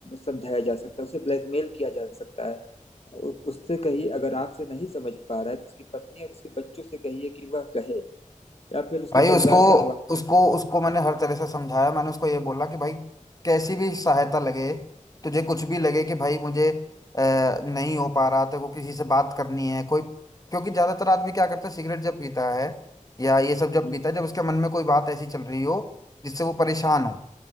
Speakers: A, on the left; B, on the left.
A: समझाया जा सकता है उसे ब्लैकमेल किया जा सकता है उ- उससे कहिए अगर आपसे नहीं समझ पा रहा है तो उसकी पत्नी और उसके बच्चों से कहिए कि वह कहे या फिर उसके
B: भाई उसको
A: परिवार का हवा
B: उसको उसको मैंने हर तरह से समझाया मैंने उसको ये बोला कि भाई कैसी भी सहायता लगे तुझे कुछ भी लगे कि भाई मुझे अ, नहीं हो पा रहा तेरे को किसी से बात करनी है कोई क्योंकि ज्यादातर आदमी क्या करता है सिगरेट जब पीता है या ये सब जब
A: हम्म,
B: पीता है जब उसके मन में कोई बात ऐसी चल रही हो जिससे वो परेशान हो